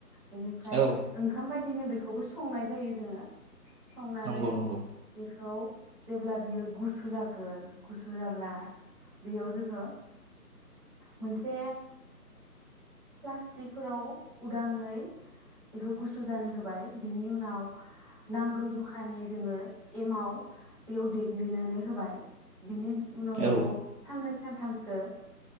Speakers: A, on the right; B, on the right.
A: बेनिफ्राय
B: औ
A: ओंखाम बायदिनो बेखौ स संनाय जायो जोङो। संनानै
B: नंगौ नंगौ
A: बेखौ जेब्ला बियो गुसु जागोन गुसु जाब्ला बेयाव जोङो मोनसे प्लास्टिकफोराव उदाङै बेखौ गुसु जानो होबाय बिनि उनाव नांगौ ज अखानि जोङो एमाव बेयाव देग्लिनानै होबाय बिनि उनाव बेखौ
B: औ
A: सानै सान थामसो